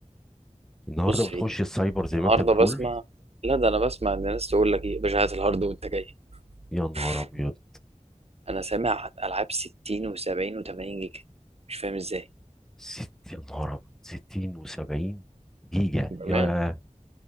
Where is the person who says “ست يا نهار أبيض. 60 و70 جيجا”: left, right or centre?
Centre